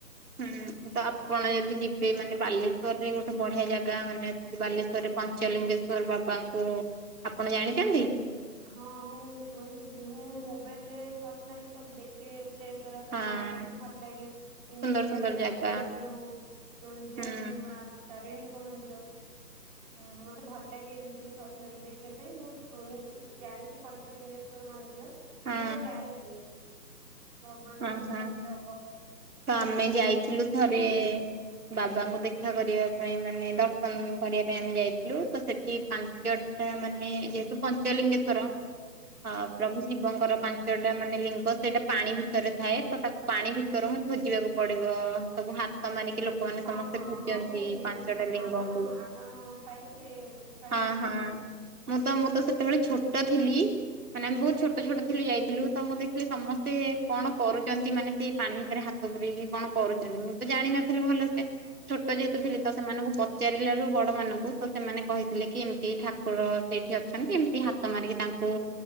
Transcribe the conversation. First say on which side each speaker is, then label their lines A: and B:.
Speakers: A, on the right; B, on the right.
A: ହୁଁ ତ ଆପଣ ଯଦି ଯିବେ ମାନେ ବାଲିକରେ ଗୋଟେ ବଢ଼ିଆ ଜାଗା ମାନେ ଅଛି ବାଲେଶ୍ୱରେ। ପଞ୍ଚଲିଙ୍ଗେଶ୍ଵର ବାବାଙ୍କୁ ଆପଣ ଜାଣିଚନ୍ତି?
B: ହଁ ମୁଁ ଶୁଣିଥିଲି। ମୁଁ ମୋବାଇଲେ ସର୍ଚ୍ଚ ମାରିକି ସବୁ ଦେଖେ। ପ୍ଲେ ତରା ସବୁ
A: ହଁ
B: ମତେ ଫାଲ୍ ଲାଗେ ଇଏ ଏମ୍ତି
A: ସୁନ୍ଦର
B: ଯାସ୍ପୁର୍
A: ସୁନ୍ଦର ଜାଗା
B: ବିରଜା ହଉ। ଯୋନ୍ ଝିଅଙ୍କୁ
A: ହୁଁ
B: ମାର୍ ତାରିଣୀଙ୍କ ମନ୍ଦିର ହୁଁ ମତେ ଭଲ୍ ଲାଗେ ଏମ୍ତି ସଚ୍ ମାରିକି ଦେଖିୟା ପାଇଁ। ମୋଇ ଶୁଣିଛି ଜାଣିଚି ପାଞ୍ଚଲିଙ୍ଗେଶ୍ଵର ମନ୍ଦିର?
A: ହଁ
B: ମୁଁ କେବେ ଯାଇନି। ଭଗ୍ବାନଙ୍କ
A: ଓହୋ
B: ଇଚ୍ଛା କେତେ ଅବ।
A: ତ ଆମେ ଯାଇଥିଲୁ ଥରେ। ବାବାଙ୍କୁ ଦେଖା କରିବା ପାଇଁ ମାନେ ଦର୍ଶନ୍ କରିବା ପାଇଁ ଆମେ ଯାଇଥିଲୁ ତ ସେଠି ପାଞ୍ଚ ତା ମାନେ ଯେହେତୁ ପାଞ୍ଚାଲିଙ୍ଗେଶ୍ଵର। ହଁ ପ୍ରଭୁ ଶିବଙ୍କର ପାଞ୍ଚଟା ମାନେ ଲିଙ୍ଗ ସେଇଟା ପାଣି ଭି ଥରେ ଥାଏ ତ ତାକ୍ ପାଣି ଭିତରୁ ହିଁ ଖୋଜିବାକୁ ପଡ଼ିବ ସବୁ ହାତ ମାରିକି ଲ କୁଅନି ସମସ୍ତେ
B: ହଁ ହଁ
A: ଖୋଜନ୍ତି
B: ହଁ ମୁଁ ଦେଖିଛି
A: ପାଞ୍ଚଟା ଲିଙ୍ଗଙ୍କୁ
B: ଆପଣ ଆପଣ ପାଇଥିଲେ
A: ହଁ
B: ସେ ପାଣି
A: ହଁ।
B: ଭିତରୁ
A: ମୁଁତ ମୁଁତ ସେତେବେଳେ ଛୋଟ ଥିଲି। ମାନେ ଆମେ ବହୁତ୍ ଛୋଟ ଛୋଟ ଥିଲୁ ଯାଇଥିଲୁ। ତ ମୁଁ ଦେଖିଲି ସମସ୍ତେ କଣ କରୁଚନ୍ତି ମାନେ ସେଇ ପାଣି ଭିତରେ ହାତ ପୁରେଇକି କଣ କରୁଚନ୍ତି। ମୁଁ ତ ଜାଣିନଥିଲି ଭଲ ସେ? ଛୋଟ ଯେହେତୁ ଥିଲ
B: ହଁ
A: ତସ୍ ସେମାନଙ୍କୁ ପଚାରିଲାରୁ ବଡ଼ମାନଙ୍କୁ ତ ସେମାନେ କହିଥିଲେ କି ଏମିତି ଠାକୁର ସେଇଠି ଅଛନ୍ତି। ଏମିତି ହାତ୍ ସେମାନିକି ତାଙ୍କୁ